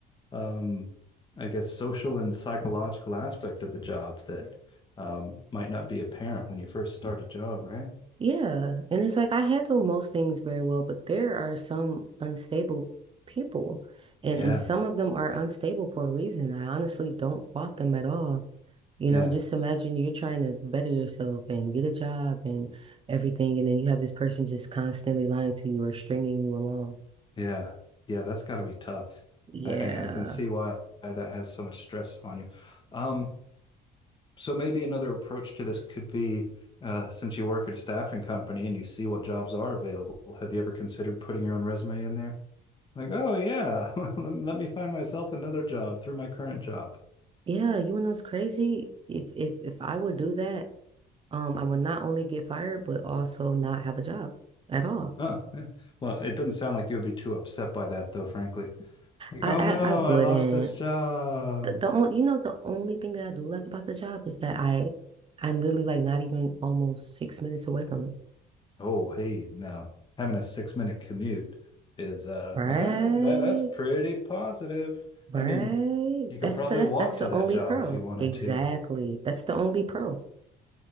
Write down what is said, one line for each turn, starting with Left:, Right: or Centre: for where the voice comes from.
Left: um, I guess, social and psychological aspect of the job that um, might not be apparent when you first start a job, right?
Right: Yeah. And it's like I handle most things very well, but there are some unstable people. And
Left: Yeah,
Right: and some of them are unstable for a reason. I honestly don't fault them at all. You
Left: yeah,
Right: know, just imagine you're trying to better yourself and get a job and everything, and then you have this person just constantly lying to you or stringing you along.
Left: yeah, yeah. That's got to be tough.
Right: Yeah.
Left: I, I I can see why that has so much stress on you. Um, So maybe another approach to this could be, uh, since you work at a staffing company and you see what jobs are available, have you ever considered putting your own resume in there? Like, oh yeah, <laughs> let me find myself another job through my current job.
Right: Yeah, you know what's crazy? If if if I would do that, um, I would not only get fired, but also not have a job at all.
Left: Oh, yeah. Well, it doesn't sound like you would be too upset by that, though, frankly. Like,
Right: I
Left: oh no,
Right: I, I wouldn't.
Left: I lost this job.
Right: The, the only, you know, the only thing that I do like about the job is that I, I'm literally like not even almost six minutes away from it.
Left: Oh, hey, no, having a six-minute commute is uh,
Right: Right,
Left: uh, that that's pretty positive.
Right: right.
Left: I mean, you could
Right: That's
Left: probably
Right: the, that's
Left: walk
Right: that's
Left: to
Right: the
Left: that
Right: only
Left: job
Right: pearl.
Left: if you wanted
Right: Exactly.
Left: to.
Right: That's the only pearl.